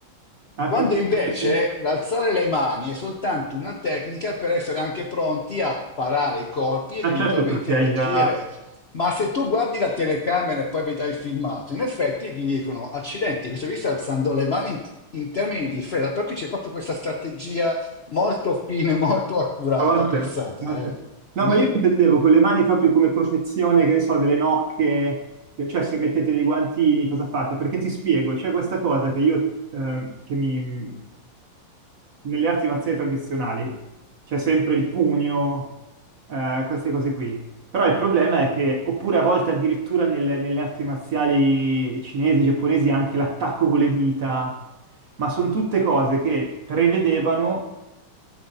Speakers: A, on the right; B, on the left.
A: Ah,
B: Quando
A: sì, sì.
B: invece l'alzare le mani è soltanto una tecnica per essere anche pronti a parare i colpi ed
A: Ah,
B: eventualmente
A: certo, perché hai
B: reagire.
A: già
B: Ma se tu guardi la telecamera e poi vedrai il filmato, in effetti ti dicono: accidenti, questo qui sta alzando le mani in, in termini di difesa, perché c'è proprio questa strategia molto fine, <laughs> molto accurata,
A: forte,
B: pensata.
A: forte.
B: eh.
A: No,
B: Mm.
A: ma io intendevo con le mani proprio come protezione, che ne so, delle nocche, cioè se mettete dei guantini, cosa fate? Perché ti spiego, c'è questa cosa che io, eh, che mi, nelle arti marziali tradizionali c'è sempre il pugno, eh, queste cose qui. Però il problema è che, oppure a volte addirittura nelle, nelle arti marziali cinesi, giapponesi, anche l'attacco con le dita, ma sono tutte cose che prevedevano